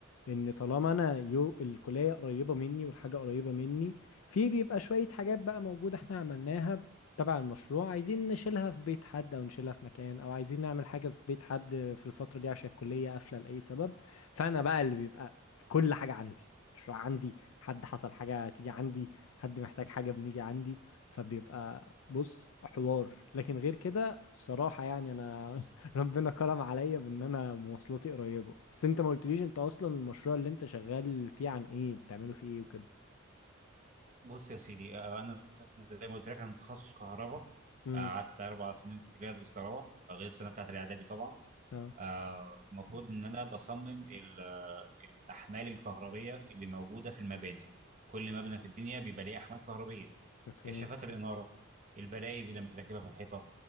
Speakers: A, on the left; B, on the right.
A: ان طالما انا يو الكليه قريبه مني والحاجه قريبه مني في بيبقى شويه حاجات بقى موجوده احنا عملناها تبع المشروع عايزين نشيلها في بيت حد او نشيلها في مكان او عايزين نعمل حاجه في بيت حد في الفتره دي عشان الكليه قافله لاي سبب فانا بقى اللي بيبقى كل حاجه عندي مشروع عندي حد حصل حاجه تيجي عندي حد محتاج حاجه بنيجي عندي فبيبقى بص حوار لكن غير كده الصراحه يعني انا <laughs> ربنا كرم عليا بان انا مواصلاتي قريبه بس انت ما قلتليش انت اصلا المشروع اللي انت شغال فيه عن ايه بتعمله فيه ايه وكده
B: بص يا سيدي آه، انا زي ما قلت لك انا تخصص كهرباء
A: امم
B: آه، قعدت اربع سنين في الكليه ادرس كهرباء آه، غير السنه بتاعت الاعدادي طبعا
A: اه
B: آه، المفروض ان انا بصمم ال- آه، الاحمال الكهربيه اللي موجوده في المباني كل مبنى في الدنيا بيبقى ليه احمال كهربيه
A: مفهوم
B: كشافات الاناره البلايد اللي متركبه في الحيطه